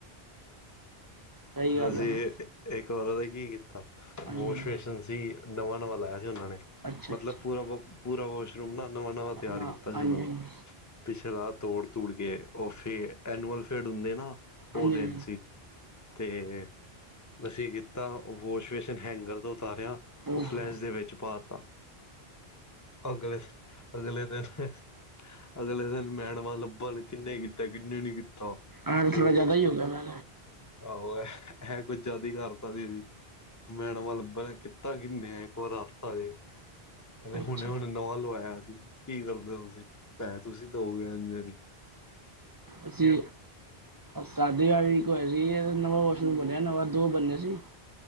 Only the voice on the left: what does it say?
ਅਸੀਂ
ਇੱਕ ਵਾਰ ਉਹਦਾ ਕੀ ਕੀਤਾ
ਵੋਸ਼
ਬੇਸਨ ਸੀ ਨਵਾਂ ਨਵਾਂ ਹੁੰਨਾਂ ਨੇ
ਮਤਲਬ
ਪੂਰਾ ਪੂਰਾ ਵਾਸ਼ਰੂਮ ਨਾ ਨਵਾਂ ਨਵਾਂ ਤਿਆਰ
ਕੀਤਾ ਸੀ
ਉਹਨਾਂ ਨੇ
ਪਿੱਛੇ ਰ ਤੋੜ ਤੁੜ ਕੇ ਐਨੂਲ ਫੇਡ ਹੁੰਦੇ ਨਾ
ਉਹ ਦਿਨ ਸੀ ਤੇ ਅਸੀਂ ਤਾ ਵਾਸ਼ ਵੇਸ਼ਨ ਹੈਂਗਰ ਤੋਂ ਉਤਾਰਿਆ
ਉਹ ਫਲੈਸ਼ ਦੇ ਵਿੱਚ ਪਾ ਤਾ ਅਗਲੇ ਅਗਲੇ ਦਿਨ ਅਗਲੇ ਦਿਨ ਮੈਡਮਾਂ ਲੱਭਣ ਕਿਨੇ ਕੀਤਾ ਕਿੰਨੇ ਨੀ ਕੀਤਾ
ਉਹ
ਆਹੋ ਇਹ ਕੁੱਛ ਜਾਦਾ ਹੀ ਕਰਤਾ ਸੀ ਮੈਡਮਾ ਲੱਭਣ ਕਿੱ ਕੀਤਾ ਕਿੰਨੇ ਇੱਕ ਵਾਰ ਆਪ ਤਾਂ ਵੇਖ ਕਹਿੰਦੇ
ਹੁਣੇ ਹੁਣੇ ਨਵਾਂ ਲਵਾਇਆ ਸੀ ਕੀ ਕਰਦੇ ਹੋ ਤੁਸੀਂ ਪੈਸੇ ਤੁਸੀਂ ਦਓਗੇ ਐਨੇ